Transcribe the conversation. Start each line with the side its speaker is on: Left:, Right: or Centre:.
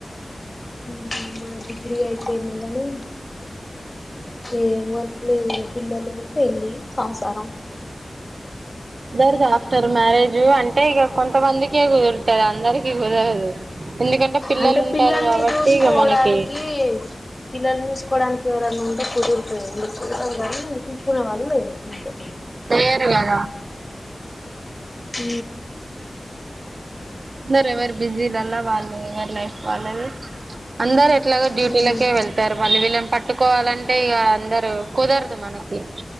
Left: హ్మ్ మా డిగ్రీ అయిపోయింది గానీ ఏం వర్క్ లేదు పిల్లలు పెళ్ళి సంసారం
Right: దర్ ద ఆఫ్టర్ మ్యారేజ్ అంటే ఇగ కొంతమందికే కుదురుతాది అందరికి కుదరదు ఎందుకంటే పిల్లలు
Left: అంటే
Right: ఉంటారు
Left: పిల్లల్ని
Right: కాబట్టి
Left: చూసుకోవడానికి
Right: ఇక మనకి
Left: పిల్లల్ని చూసుకోవడానికి ఎవరన్నా ఉంటే కుదురుతది మీరు చూస్తారు కానీ చూసి కున్న వాళ్ళు లేరు అంతే
Right: తాయారు గాదా
Left: ఊ
Right: అందరు ఎవరు బిజీ లల్ల వాళ్ళు ఎవరు లైఫ్ వాళ్ళ దే అందరు ఏ ఎట్లాగో డ్యూటీలకే
Left: హ్మ్
Right: వెళ్తారు మళ్ళీ వీళ్ళని పట్టు కొట్టుకోవాలంటే ఇగ అందరు కుదరదు మనకి